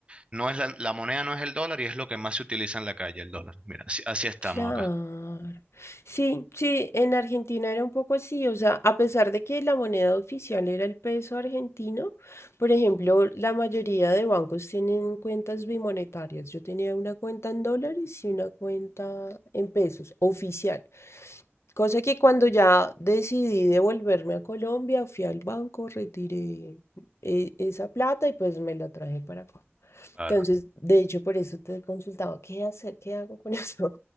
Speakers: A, on the right (about 25°); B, on the left (about 75°).
A: no es la, la moneda, no es el dólar y es lo que más se utiliza en la calle, el dólar. Mira, así, así estamos
B: Claro.
A: acá.
B: Sí, sí, en Argentina era un poco así, o sea, a pesar de que la moneda oficial era el peso argentino, por ejemplo, la mayoría de bancos tienen cuentas bimonetarias. Yo tenía una cuenta en dólares y una cuenta en pesos oficial. Cosa que cuando ya decidí devolverme a Colombia, fui al banco, retiré eh, esa plata y pues me la traje para acá.
A: Claro,
B: Entonces, de hecho, por eso te consultaba, ¿qué hacer? ¿Qué hago con <laughs> eso?